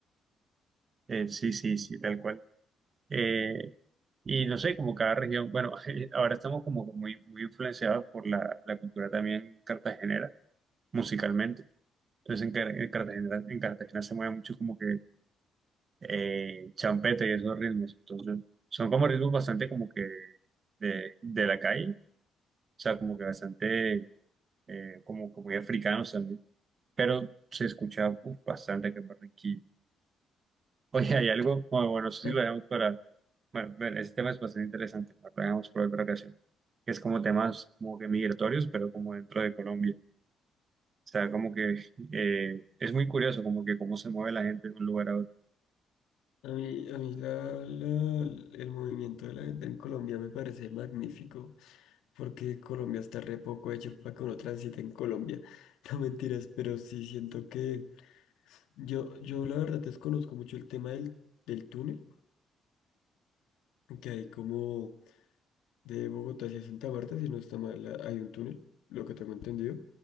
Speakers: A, on the right; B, on the left.
A: Eh, sí, sí, sí, tal cual. Eh, y no sé, como cada región, bueno, <laughs> ahora estamos como que muy, muy influenciados por la, la cultura también cartagenera, musicalmente. Entonces en, Car- en Cartagena, en Cartagena se mueve mucho como que eh, champeta y esos ritmos. Entonces, son como ritmos bastante como que de, de la calle, o sea, como que bastante eh, como, como muy africanos también, pero se escucha uf, bastante que en Barranquilla. <laughs> Oye, hay algo, bueno, bueno, no sé si
B: <laughs>
A: lo dejamos para, bueno, bueno, ese tema es bastante interesante, lo dejamos para otra ocasión, que es como temas como que migratorios, pero como dentro de Colombia. O sea, como que eh, es muy curioso, como que cómo se mueve la gente de un lugar a otro.
B: A mí, a mí la, la- el movimiento de la gente en Colombia me parece magnífico. porque Colombia está re poco hecho para que uno transite en Colombia. <laughs> No mentiras, pero sí siento que yo, yo la verdad desconozco mucho el tema del, del túnel, que hay como de Bogotá hacia Santa Marta, si no está mal, a- hay un túnel, lo que tengo entendido,